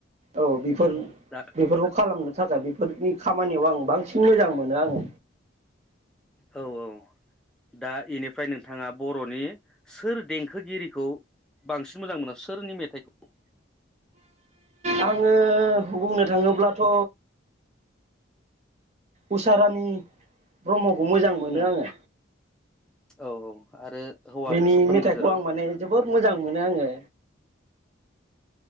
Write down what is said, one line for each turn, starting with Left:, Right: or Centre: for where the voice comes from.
Right: औ बेफोर
Centre: दा
Right: बेफोरखौ खालामगोन थाखाय बेफोरनि खामानियाव आं बांसिन मोजां मोनो आङो
Centre: औ औ दा इनिफ्राय नोंथाङा बर'नि सोर देंखोगिरिखौ बांसिन मोजां मोनो सोरनि मेथाइखौ?
Right: आङो बुंनो थाङोब्लाथ' उसारानि ब्रह्म मोजां मोनो
Centre: उम
Right: आङो।
Centre: औ औ आरो हौवाफोरनि
Right: बेनि मेथाइखौ
Centre: गेजेराव
Right: आं माने जोबोद मोजां मोनो आङो